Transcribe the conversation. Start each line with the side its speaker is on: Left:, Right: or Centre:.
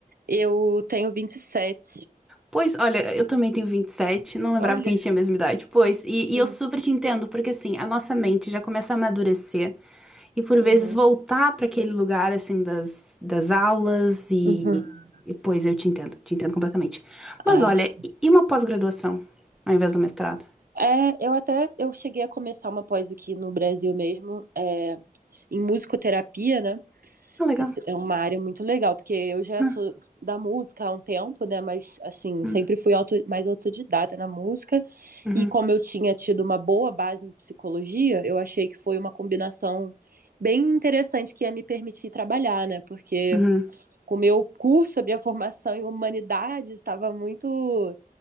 Right: Eu tenho 27.
Centre: Pois, olha, eu também tenho vinte e sete não lembrava
Right: Olha.
Centre: que a gente tinha a mesma idade. Pois, e, e
Right: Uhum,
Centre: eu super te entendo, porque assim, a nossa mente já começa a amadurecer e por
Right: uhum,
Centre: vezes voltar para aquele lugar, assim, das, das aulas e,
Right: uhum.
Centre: e. Pois, eu te entendo, te entendo completamente. Mas
Right: Ai,
Centre: olha,
Right: sim.
Centre: e e uma pós-graduação ao invés do mestrado?
Right: É, eu até eu cheguei a começar uma pós aqui no Brasil mesmo, é, em musicoterapia, né?
Centre: Ah, legal.
Right: É uma área muito legal, porque eu já
Centre: Ah,
Right: sou da música há um tempo, né? Mas, assim,
Centre: hum,
Right: sempre fui auto- mais autodidata na música.
Centre: uhum,
Right: E como eu tinha tido uma boa base em psicologia, eu achei que foi uma combinação bem interessante que ia me permitir trabalhar, né? Porque
Centre: uhum,
Right: com o meu curso, a minha formação em humanidades estava muito.